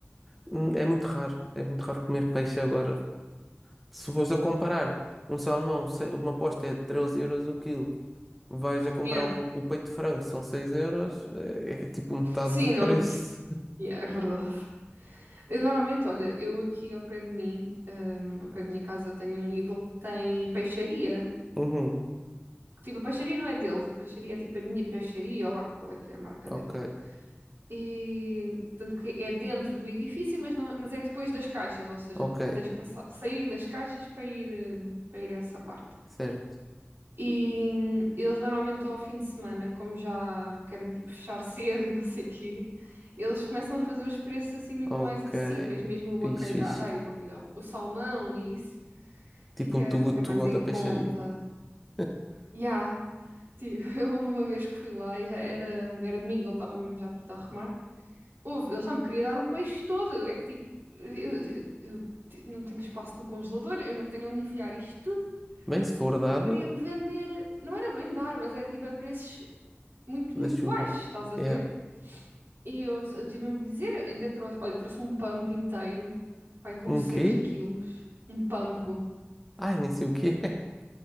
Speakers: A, in the centre; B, on the right.
A: Hum, É muito raro, é muito raro comer peixe agora. Se fores a comparar um salmão, se- uma posta é 13 euros o quilo, vais a comprar
B: Yeah.
A: um, o peito de frango, são seis euros, é, é tipo metade
B: Sim,
A: do preço.
B: não.
A: <laughs>
B: Yeah, é verdade. Eu normalmente, olha, eu aqui ao pé de mim, hum, ao pé da minha casa, tenho um Lidl que tem peixaria.
A: Uhum,
B: Que, tipo, a peixaria não é deles, a peixaria é tipo a minha peixaria, ou lá qual é que é a marca
A: ok,
B: daqui. E, tanto que é dentro do edifício, mas, não, mas é depois das caixas, ou seja,
A: ok,
B: tens que passar- sair das caixas para ir, eh, para ir a essa parte.
A: certo,
B: E eles normalmente ao fim de semana, como já querem tipo fechar cedo <laughs> e não sei o quê, eles começam a fazer os preços assim muito
A: ok,
B: mais acessíveis, mesmo o bacalhau,
A: fixe, fixe.
B: ai, o bacalhau, o salmão e isso fica,
A: Tipo um too good
B: fica mais
A: to go
B: em
A: da peixaria.
B: conta.
A: <laughs>
B: Ya, tipo, <laughs> eu houve uma vez que fui lá e já era, hum, era domingo, ele estava mesmo já tudo a arrumar. Houve, eu só me queria dar o peixe todo. É que tipo, eu, eu- eu te- não tenho espaço no congelador, eu não tenho onde enfiar isto tudo,
A: Bem, se for dado,
B: porque queria-me vender. Não era bem dar, mas era tipo a preços muito,
A: da
B: muito
A: chuva.
B: baixos, estás a ver?
A: Yeah.
B: E eu, eu tive mesmo que dizer, ainda trouxe, olha, eu trouxe um pump inteiro, pai, com
A: Um
B: 6
A: quê?
B: quilos, um pampo.
A: Ai, nem sei o que é. <laughs>